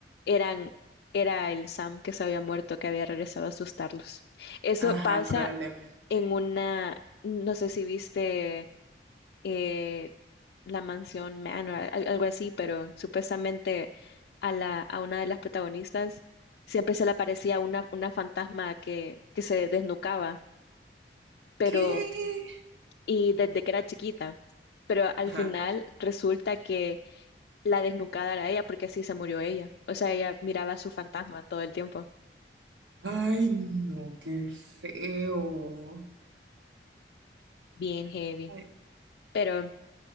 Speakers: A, on the left; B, on the right.
A: eran, era el Sam que se había muerto, que había regresado a asustarlos. Eso
B: Ajá,
A: pasa
B: probablemente.
A: en una, no sé si viste eh, la mansión Manor, al- algo así, pero supuestamente a la, a una de las protagonistas siempre se le aparecía una, una fantasma que, que se desnucaba, pero,
B: ¿Qué?
A: y desde que era chiquita. Pero al
B: Ajá.
A: final resulta que la desnucada era ella porque así se murió ella. O sea, ella miraba a su fantasma todo el tiempo.
B: Ay, no, qué feo.
A: Bien heavy.
B: Ay,
A: Pero